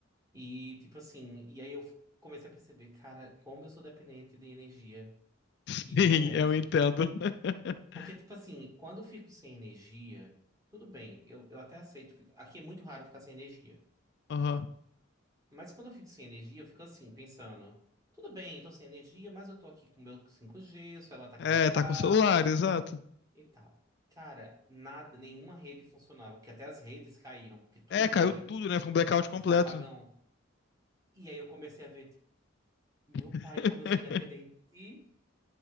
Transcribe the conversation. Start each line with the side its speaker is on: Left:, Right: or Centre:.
Right: E tipo assim, e aí eu comecei a perceber, cara, como eu sou dependente de energia
Left: <laughs>
Right: e
Left: Sim,
Right: internet.
Left: eu entendo. <laughs>
Right: Porque, tipo assim, quando eu fico sem energia, tudo bem, eu, eu até aceito ficar. Aqui é muito raro ficar sem energia.
Left: Aham.
Right: Mas quando eu fico sem energia, eu fico assim, pensando, tudo bem, eu tô sem energia, mas eu tô aqui com o meu cinco g o celular tá
Left: É,
Right: carregado
Left: tá com celular, exato.
Right: e tal. Cara, nada, nenhuma rede funcionava, porque até as redes caíram, porque tudo
Left: É, caiu
Right: caiu.
Left: tudo, né? Foi um blackout completo.
Right: Foi um apagão. E aí eu comecei a ver, tipo, meu
Left: <laughs>
Right: pai, como eu sou dependente.